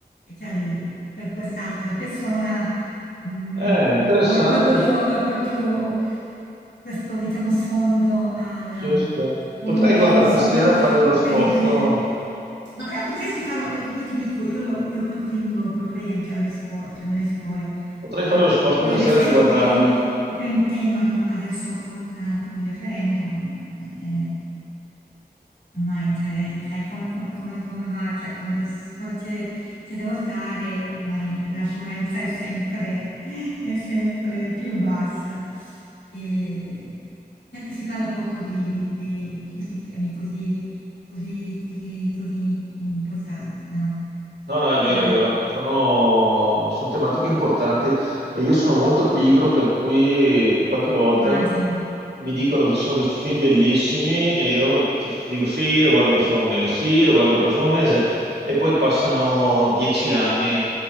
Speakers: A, on the left; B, on the right.
A: cioè, il- per quest'altra persona Mm,
B: Eh,
A: o,
B: interessante.
A: o è proprio, è proprio questo, diciamo, sfondo al
B: Sì,
A: um,
B: sì. sì.
A: politico,
B: Potrei, guarda,
A: insomma,
B: stasera fare lo sforzo,
A: per, il- per il- ma però potresti farlo, io ti dico, io, lo- io col film lo proporrei anche alle scuole, cioè nelle scuole,
B: potrei
A: poi,
B: fare lo sforzo
A: poi
B: stasera
A: adesso
B: di
A: siamo
B: guardarlo.
A: proprio, proprio in tema, no? Adesso con, eh, con il referendum, eh, eh, ormai, cioè, sai come, come- come- come va, cioè, quando, quando c'è se devo stare, ormai l'affluenza è sempre, è sempre più bassa, e perché si parla poco di, di- di- di questi temi così, così, così, così importanti, no?
B: No, no, è
A: Eh,
B: vero, è vero. Sono, sono tematiche importanti e io sono molto pigro, per cui qualche volta
A: immagino,
B: mi dicono che ci sono questi film bellissimi e io dico sì, lo guardo il prossimo mese, sì, lo guardo il prossimo mese e poi passano dieci anni,